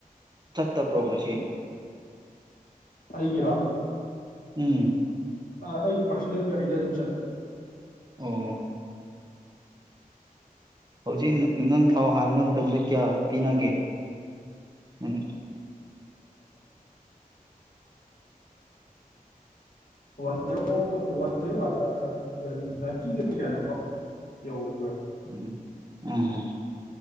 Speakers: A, on the right; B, on the left.
A: ꯆꯠꯇꯕ꯭ꯔꯣ ꯉꯁꯤ
B: ꯑꯒꯔꯣ
A: ꯎꯝ
B: ꯑ ꯑꯩꯒꯤ ꯄꯥꯔꯁꯣꯅꯦꯜ ꯒꯥꯔꯤꯗ ꯑꯗꯨꯝ ꯆꯠꯂ
A: ꯑꯣ ꯍꯧꯖꯤꯛ ꯅꯪ ꯊꯥꯎ ꯍꯥꯟꯕ ꯃꯇꯝꯗ ꯀꯌꯥ ꯄꯤꯅꯒꯦ ꯅꯪ
B: ꯋꯥꯟꯔꯣ ꯋꯥꯟꯔꯣꯂ ꯅꯥꯏꯟꯇꯤꯒ ꯀꯩꯅꯣ ꯌ꯭ꯔ
A: ꯎꯝ ꯎꯝ